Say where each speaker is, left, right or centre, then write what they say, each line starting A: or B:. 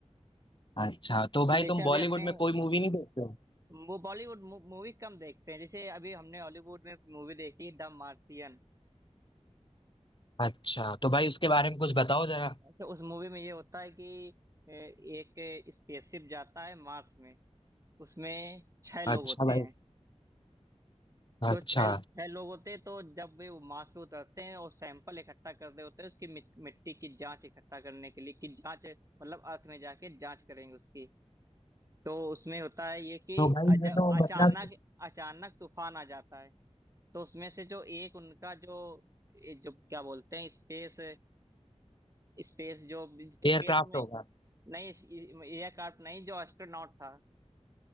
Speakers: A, on the left; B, on the right.
A: अच्छा तो भाई
B: तो जैसे
A: तुम
B: अभी
A: बॉलीवुड
B: हमने
A: में कोई मूवी नहीं देखते हो
B: वो बॉलीवुड मूवी कम देखते हैं जैसे अभी हमने हॉलीवुड में मूवी देखी द मार्सियन
A: अच्छा तो भाई उसके बारे में कुछ बताओ जरा
B: अच्छा उस मूवी में ये होता है कि ए, एक स्पेसशिप जाता है मार्स में उसमें छह लोग
A: अच्छा
B: होते
A: भाई
B: हैं तो
A: अच्छा
B: छह छह लोग होते हैं, तो जब वे वो माँ से उतरते हैं और सैंपल इकट्ठा कर रहे होते हैं उसकी मिट, मिट्टी की जांच इकट्ठा करने के लिए कि जांच मतलब अर्थ में जाके जांच करेंगे उसकी तो उसमें होता है ये कि
A: तो भाई
B: जब
A: ये तो
B: अचानक
A: मतलब
B: अचानक तूफान आ जाता है तो उसमें से जो एक उनका जो ये जो क्या बोलते हैं स्पेस स्पेस जो स्पेस
A: एयरक्राफ्ट
B: में
A: होगा
B: नहीं एयरक्राफ्ट नहीं जो एस्ट्रोनॉट था